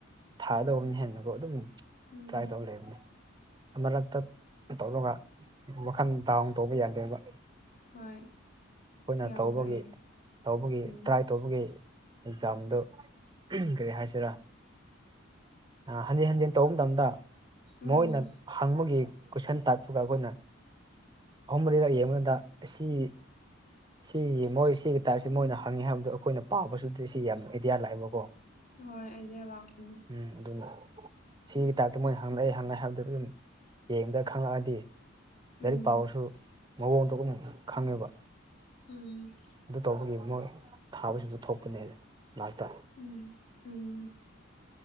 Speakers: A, on the right; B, on the left.
A: ꯊꯥꯒꯗꯧꯕꯅ
B: ꯎꯝ
A: ꯍꯦꯟꯅꯀꯣ ꯑꯗꯨꯝ
B: ꯎꯝ
A: ꯇ꯭ꯔꯥꯏ ꯇꯧ ꯂꯩꯕꯅꯦ ꯑꯃꯂꯛꯇ ꯇꯧꯔꯒ ꯋꯥꯈꯜ ꯗꯥꯎꯟ ꯇꯧꯕ ꯌꯥꯗꯦꯕ
B: ꯍꯣꯏ
A: ꯑꯩꯈꯣꯏꯅ
B: ꯌꯥꯝ
A: ꯇꯧꯕꯒꯤ
B: ꯐꯩꯌꯦ
A: ꯇꯧꯕꯒꯤ
B: ꯎꯝ
A: ꯇ꯭ꯔꯥꯏ ꯇꯧꯕꯒꯤ ꯑꯦꯛꯖꯥꯝꯗꯣ ꯀꯔꯤ ꯍꯥꯏꯁꯤꯔꯥ ꯍꯟꯖꯤꯟ ꯍꯟꯖꯤꯟ ꯇꯧꯕ ꯃꯇꯝꯗ
B: ꯎꯝ
A: ꯃꯣꯏꯅ ꯍꯪꯕꯒꯤ ꯀꯣꯏꯁꯟ ꯇꯥꯏꯞꯇꯨꯒ ꯑꯩꯈꯣꯏꯅ ꯑꯍꯨꯝ ꯃꯔꯤꯔꯛ ꯌꯦꯡꯉꯗ ꯑꯁꯤ ꯁꯤꯒꯤ ꯃꯣꯏ ꯁꯤꯒꯤ ꯇꯥꯏꯞꯁꯤ ꯃꯣꯏꯅ ꯍꯪꯉꯦ ꯍꯥꯏꯕꯗꯣ ꯑꯩꯈꯣꯏꯅ ꯄꯥꯕꯁꯨꯗꯤ ꯁꯤ ꯌꯥꯝꯅ ꯑꯦꯗꯤꯌꯥ ꯂꯥꯛꯑꯦꯕꯀꯣ
B: ꯍꯣꯏ ꯑꯥꯏꯗꯤꯌꯥ ꯂꯥꯛꯄꯅꯤ
A: ꯎꯝ ꯑꯗꯨꯅ ꯁꯤꯒꯤ ꯇꯥꯏꯞꯇ ꯃꯣꯏ ꯍꯪꯉꯛꯑꯦ ꯍꯪꯉꯛꯑꯦ ꯍꯥꯏꯕꯗꯨ ꯑꯗꯨꯝ ꯌꯦꯡꯕꯥꯗ ꯈꯪꯉꯛꯑꯗꯤ
B: ꯎꯝ
A: ꯂꯥꯏꯔꯤꯛ ꯄꯥꯕꯁꯨ ꯃꯑꯣꯡꯗꯨꯝ ꯈꯪꯉꯦꯕ
B: ꯎꯝ
A: ꯑꯗꯨ ꯇꯧꯕꯒꯤ ꯃꯣꯏ ꯊꯥꯕꯁꯤꯡꯗ ꯊꯣꯛꯄꯅꯦ ꯂꯥꯁꯇ
B: ꯎꯝ ꯎꯝ